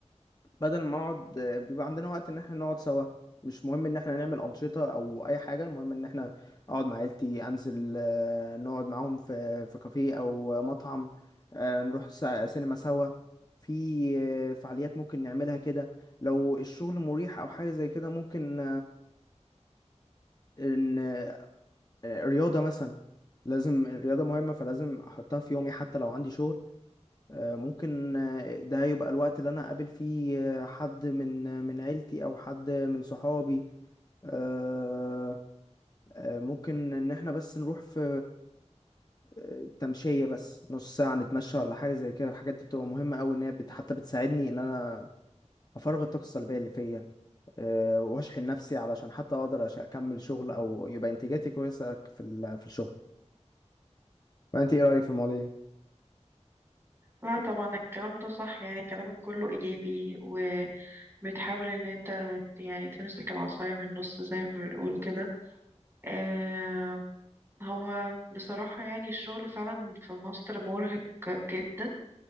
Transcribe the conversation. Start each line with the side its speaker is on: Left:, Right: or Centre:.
Left: بدل ما اقعد آه، بيبقى عندنا وقت ان احنا نقعد سوا مش مهم ان احنا نعمل انشطة او اي حاجة المهم ان احنا اقعد مع عيلتي انزل آه، نقعد معاهم في في كافيه او مطعم آه، نروح س- سينما سوا في آه، فعاليات ممكن نعملها كده لو الشغل مريح او حاجة زي كده ممكن آه، آه، رياضة مثلا لازم الرياضة مهمة فلازم أحطها في يومي حتى لو عندي شغل آه، ممكن آه، ده يبقى الوقت اللي أنا أقابل فيه آه، حد من آه، من عيلتي أو حد من صحابي آه، آه، ممكن إن إحنا بس نروح في آه، تمشية بس نص ساعة نتمشى ولا حاجة زي كده الحاجات دي بتبقى مهمة أوي إن هي بت- حتى بتساعدني إن أنا أفرغ الطاقة السلبية اللي فيا آه، وأشحن نفسي علشان حتى أقدر أش- أكمل شغل أو يبقى إنتاجاتي كويسة في ال- في الشغل فأنت إيه رأيك في المواضيع دي؟
Right: لا طبعا الكلام ده صح يعني كلامك كله ايجابي وبتحاول ان انت يعني تمسك العصاية من النص زي ما بنقول كده آه، هو بصراحة يعني الشغل فعلا في مصر مرهق جدا